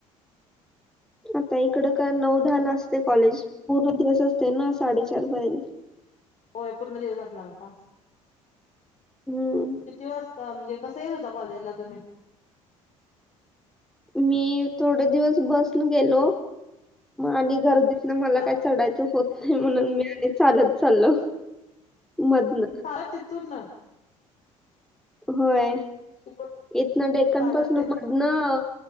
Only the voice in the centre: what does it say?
आतां ईकडे कां नऊ दहा लां असतें कॉलेज पूर्ण दिवसं असतें नां साडेचार पर्यंतं
हम्मं
मी थोडे दिवसं बसून गेलो आणि घरं नां मलां
कायं चढायचं होतं नाहीं म्हणूंन मी आणि चालतं चाललो मधून
होयं
इथंन डेकनपांसन
पूढणं